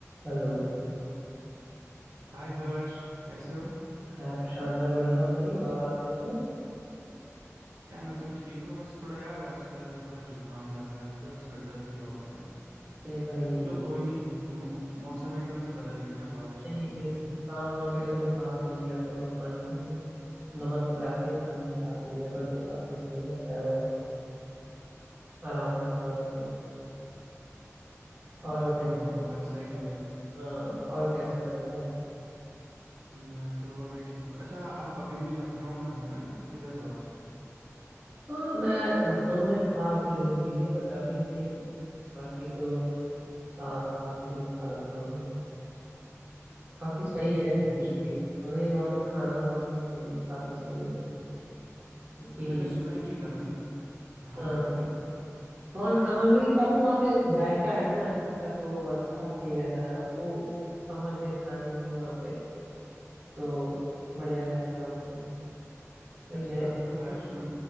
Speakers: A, on the right (about 30°); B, on the right (about 80°).
A: Hello
B: हाय हर्ष कैसे हो
A: Hi Prashant मैं बढ़िया हूँ भाई और आप कैसे हो
B: यार मैं तो ठीक हूँ बस थोड़ा यार आजकल थोड़ा जुकाम लगा है मुझे और सर दर्द भी बहुत हो रहा है
A: अरे भाई
B: चलो कोई नहीं मौ, मौसम एकदम से बदल गया ना बारिश
A: नहीं
B: बहुत हो रही है
A: कुछ काम हुआ करे तो भाप ले लिया करो पानी में नमक डाल के पानी में भाप ले लिया करो तो काफी सही रहता है वो आराम मिलता है उससे और
B: हाँ
A: बताइए
B: हाँ बात सही कह
A: और
B: रहे हैं
A: हाँ और कैसा चल रहा है
B: मैं तो अभी ठीक हूँ अच्छा आप अभी भी लखनऊ में हो ना या किधर हो आजकल
A: हाँ मैं लखनऊ में था कुछ दिन के लिए बट अभी नहीं हूँ। बाकी तो था काफी दिन था लखनऊ में काफी सही
B: अच्छा
A: है क्योंकि
B: अच्छा
A: मतलब वहाँ का खाना बहुत सही है काफी सही है क्योंकि
B: मैंने सुना है कि लखनऊ हाँ
A: हाँ
B: हाँ बोलिए
A: हाँ खाना मतलब कि काफी वहाँ पे जायका है ना हर चीज का तो अच्छा सही रहता है सबको समझ है खाने की वहाँ पे तो बढ़िया रहता है वहाँ पे तो ये
B: अच्छा हर्ष मु,